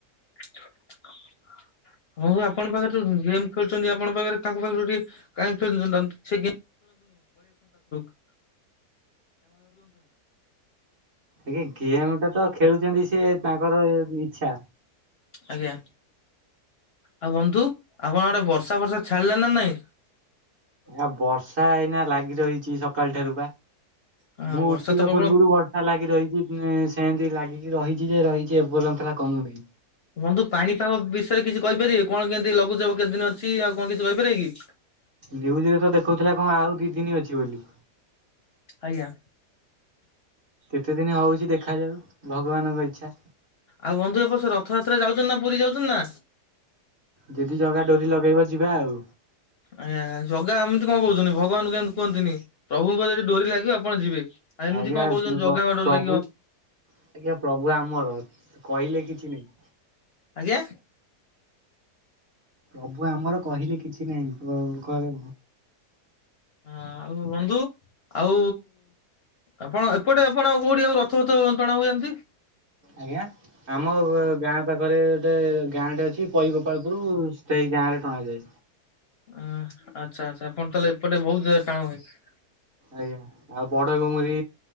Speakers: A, on the left (about 60°); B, on the right (about 45°).
A: ହଉ ଆପଣ ପାଖରେ ଯୋଉ ଉଁ ଗେମ ଖେଳୁଚନ୍ତି ଆପଣ ପାଖରେ ତାଙ୍କ ପାଖରୁ ଟିକେ କାହିଁ ଖେଳୁଚନ୍ତି <unintelligible> <unintelligible>
B: ଗେ ଗେମ ଟା ତ ଖେଳୁଚନ୍ତି ସିଏ ତା ଙ୍କର ଇଚ୍ଛା।
A: ଆଜ୍ଞା। ଆଉ ବନ୍ଧୁ ଆପଣ ଆଡେ ବର୍ଷା ଫର୍ଷା ଛାଡିଲା ନା ନାଇଁ?
B: ଆ ବର୍ଷା ଏଇନା ଲାଗି ରହିଚି ସକାଳ ଠାରୁ।
A: ହଁ
B: ମୁଁ
A: ବର୍ଷା
B: ଉଠିବା
A: ତ ପ୍ରବଳ
B: ପୂର୍ବରୁ ବ ଲାଗି ରହିଚି ଉଁ ସେମିତି ଲାଗିକି ରହିଚି ଯେ ରହିଚି ଏ ପର୍ଯ୍ୟନ୍ତରା କମୁନି।
A: ବନ୍ଧୁ ପାଣିପାଗ ବିଷୟରେ କିଛି କହିପାରିବେ କଣ କେମିତି ଲଘୁଚାପ କେଦିନ ଅଛି ଆଉ କଣ କିଛି କହିପାରିବେ କି?
B: ନ୍ୟୁଜ ରେ ତ ଦେଖଉଥିଲା କଣଁ ଆଉ ଦି ଦିନି ଅଛି ବୋଲି।
A: ଆଜ୍ଞା।
B: କେତେ ଦିନ ହଉଚି ଦେଖାଯାଉ? ଭଗବାନଙ୍କ ଇଚ୍ଛା।
A: ଆଉ ବନ୍ଧୁ ଏବର୍ଷ ରଥଯାତ୍ରାରେ ଯାଉଚନ୍ତି ନା ପୁରୀ ଯାଉଚନ୍ତି ନା?
B: ଯଦି ଜଗା ଡୋରି ଲଗେଇବ ଯିବା ଆଉ।
A: ଆଜ୍ଞାା ଜଗା ଏମିତି କଣ କହୁଚନ୍ତି, ଭଗବାନଙ୍କୁ କୁହନ୍ତିିନି। ପ୍ରଭୁଙ୍କର ଯଦି ଡୋରି ଲାଗିବ ଆପଣ ଯିବେ। ଆଉ ଏମିତି
B: ଆଜ୍ଞା
A: କଣ କହୁଛନ୍ତି ଜଗାଙ୍କ
B: ବ
A: ଡୋରି
B: ପ୍ରଭୁ
A: ଲାଗିବ
B: ଆଜ୍ଞା ପ୍ରଭୁ ଆମର କହିଲେ କିଛି ନାହିଁ।
A: ଆଜ୍ଞା।
B: ପ୍ରଭୁ ଆମର କହିଲେ କିଛି ନାହିଁ କଉ କ କ
A: ହଁ ଆଉ ବନ୍ଧୁ ଆଉ ଆପଣ ଏପଟେ ଆପଣ ଆଉ କୋଉଠି ଆଉ ର <unintelligible> ଟଣା ହୋଉଛି।
B: ଆଜ୍ଞା ଆମ ଗାଁ ପାଖରେ ଗୋଟେ ଗାଁ ଟେ ଅଛି ପଇଗୋପାଳପୁର ସେଇ ଗାଁ ରେ <unintelligible>
A: ଉଁ ହଁ ଆଚ୍ଛା ଆଚ୍ଛା ଆପଣ ତାହେଲେ ଏପଟେ ବୋହୁତ <unintelligible>
B: ଆଜ୍ଞା ଆଉ ବଡଗୁମୁରି